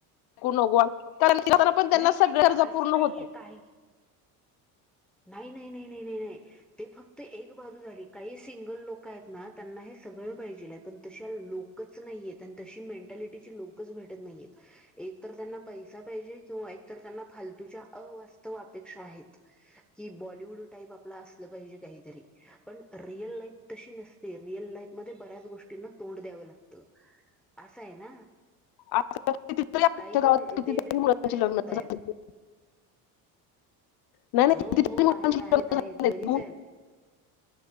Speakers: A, on the left; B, in the centre.
A: ऊ नगो वाट कारण <unintelligible> त्यांना
B: नाही नाही
A: सगळे
B: असं
A: गरजा पूर्ण
B: नाहीये
A: होता.
B: काही नाही नाही नाही नाही नाही नाही ते फक त एक बाजू झाली काही सिंगल लोक आहेत ना त्यांना हे सगळं पाहिजेल आहे पण तशा लोकच नाहीयेत आणि तशी मेंटॅलिटीची लोकच भेटत नाहीयेत एक तर त्यांना पैसा पाहिजे किंवा एक तर त्यांना फालतूच्या अवास्तव अपेक्षा आहेत. की बॉलिवूड टाईप आपलं असलं पाहिजे काहीतरी पण रिअल लाईफ तशी नसते रिअल लाईफ मध्ये बऱ्याच गोष्टींना तोंड द्यावं लागत आसं आहे ना.
A: आता कितीतरी आमच्या
B: काही जण
A: गावात
B: अ
A: कितीतरी
B: डे ड्रीमिंग
A: मुलांची
B: मध्ये जगतायेत.
A: लग्न झाली नाही नाही
B: हो
A: कितीतरी
B: हो
A: मुलांची
B: आहेत आहेत
A: लग्न
B: आहेत बरीच आहेत